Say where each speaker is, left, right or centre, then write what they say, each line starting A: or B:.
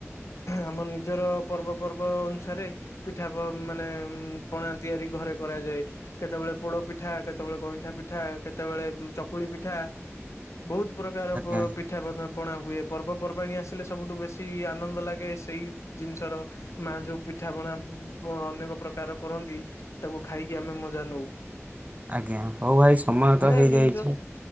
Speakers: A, on the left (about 75°); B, on the right (about 30°).
A: ଆମ ନିଜର ପର୍ବ ପର୍ବ ଅନୁସାରେ ପିଠା ପ ମାନେ ଉଁ ପଣା ତିଆରି ଘରେ କରାଯାଏ। କେତେବେଳେ ପୋଡ ପିଠା କେତେବେଳେ ଗଇଁଠା ପିଠା କେତେବେଳେ ଉଁ ଚକୁଳି ପିଠା ବୋହୁତୁ ପ୍ରକାର
B: ଆଜ୍ଞା
A: ପୋ ପି ପିଠା <unintelligible> ପଣା ହୁଏ ପର୍ବପର୍ବାଣି ଆସିଲେ ସବୁଠୁ ବେଶୀ ଆନନ୍ଦ ଲାଗେ ସେଇ ଜିନିଷର ମା ଯୋଉ ପିଠାପଣା ଉଁ ପ ଅନେକ ପ୍ରକାର କରନ୍ତି। ତବୁ ଖାଇକି ଆମେ ମଜା ନଉ।
B: ଆଜ୍ଞା ହଉ ଭାଇ ସମୟ
A: ଗୁଡାଏ
B: ତ ହେଇଯାଇଛି
A: ଜିନିଷ